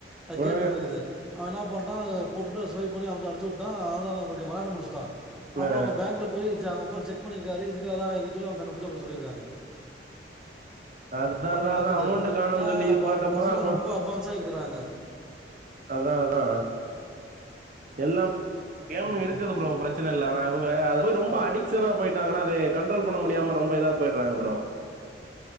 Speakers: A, in the centre; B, on the right (about 45°).
A: அ
B: ஆ
A: கேட்டுந்திருக்குது அவ என்ன பண்ணிட்டா அத போட்டுட்டு ஸ்வைப் பண்ணி அவ்ட்ட அடிச்சு விட்டா அவ <unintelligible> விளாண்டு முடிச்சுட்டா அப்புற
B: ஆ
A: அவங்க பேங்க்ல போய் ஜா அவங்கப்ப செக் பண்ணிருக்காரு இதுக்காதா இரு இதையு கண்டுபுடிச்சி அப்ற சொல்லிருக்காங்க
B: அதா
A: அந்த மாரி
B: அதா
A: நடக்குது
B: அதா அமௌண்ட்டு காணோன்னு
A: ஏனா
B: சொல்லி இது
A: ப
B: பாத்தப்பதா
A: பசங்க
B: அப்ப
A: ரொம்ப அட்வான்ஸா இருக்குறாங்க
B: அதா அதா எல்லாம் கேமு
A: ம்
B: இருக்குது ப்ரோ பிரச்சனை இல்ல ஆனா இவங்க அத போய் ரொம்ப அடிக்ஷனா போயிட்டாங்கன்னா அத கண்ட்ரோல் பண்ண முடியாம ரொம்ப இதா போய்றாங்க ப்ரோ